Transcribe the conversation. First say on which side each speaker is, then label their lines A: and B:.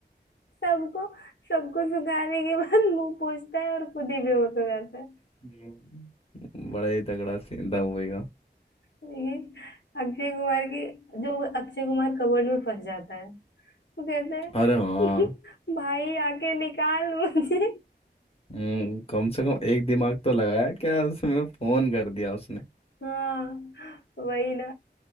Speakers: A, on the left (about 80°); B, on the left (about 35°).
A: सबको सबको सुखाने के बाद मुंह पोछता है और खुद ही बेहोश हो जाता है
B: हम्म। बड़ा ही तगड़ा सीन था मूवी का
A: ये अक्षय कुमार की जो अक्षय कुमार कबर्ड में फंस जाता है वो कहता है
B: अरे हाँ
A: <laughs> भाई आके निकाल मुझे
B: हम्म, कम से कम एक दिमाग तो लगाया क्या उसमें फोन कर दिया उसने
A: हाँ वही ना